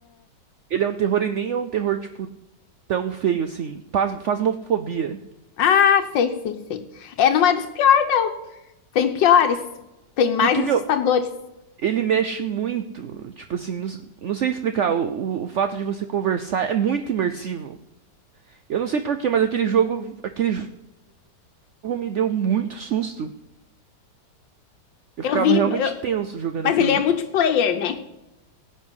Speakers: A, on the right (about 65°); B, on the left (about 85°).
A: Ele é um terror e nem é um terror, tipo, tão feio assim. Pas- Fasmofobia.
B: Ah, sei, sei, sei. É, não é dos piores. Tem piores, tem mais
A: Porque,
B: assustadores.
A: meu, Ele mexe muito. Tipo assim, não, não sei explicar. O, o- o fato de você conversar é muito imersivo. Eu não sei por quê, mas aquele jogo, aquele jogo me deu muito susto. Eu
B: Eu
A: ficava
B: vi,
A: realmente
B: eu-
A: tenso jogando
B: mas
A: aquilo.
B: ele é multiplayer, né?